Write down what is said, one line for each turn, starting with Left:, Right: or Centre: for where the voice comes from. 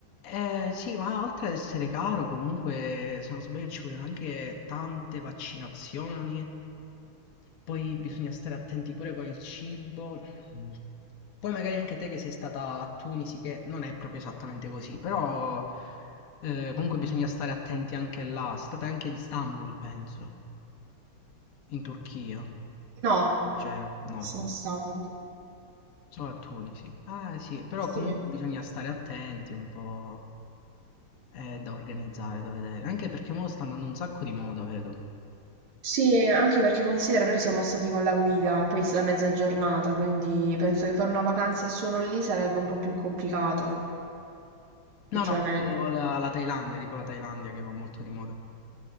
Left: Eh, sì, ma oltre ad essere caro, comunque, se non sbaglio, ci vogliono anche tante vaccinazioni. Poi bisogna stare attenti pure con il cibo. Mm. Poi magari anche te che sei stata a Tunisi, che non è proprio esattamente così, però eh, comunque bisogna stare attenti anche là. Sei stata anche ad Istanbul, penso, in Turchia.
Right: No,
Left: La crociera? No,
Right: sono stata lì.
Left: solo a Tunisi. Ah sì, però comunque
Right: Sì.
Left: bisogna stare attenti un po'. Eh, da organizzare, da vedere. Anche perché mo sta andando un sacco di moda, vedo.
Right: Sì, anche perché considera, noi siamo stati con la guida, poi è stata mezza giornata, quindi penso che fare una vacanza solo lì sarebbe un po' più complicato, effettivamente.
Left: No, no, dico la, la Thailandia, dico la Thailandia che va molto di moda.